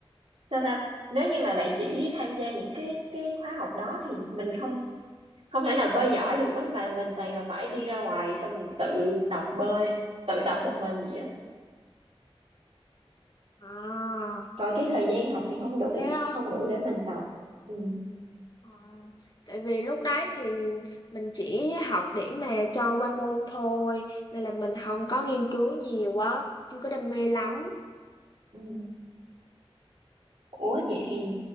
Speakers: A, on the right; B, on the left.
A: sao ta nếu như mà bạn chỉ tham gia những cái cái khóa học đó thì mình không không thể nào bơi giỏi được á mà mình toàn là phải đi ra ngoài xong mình tự tập bơi tự tập một mình vậy á
B: à
A: còn cái thời gian học thì không đủ
B: thế á
A: không đủ để mình tập ừ.
B: à, tại vì lúc đấy thì mình chỉ học để mà cho qua môn thôi nên là mình không có nghiên cứu nhiều quá chưa có đam mê lắm
A: Ừ. Ủa vậy thì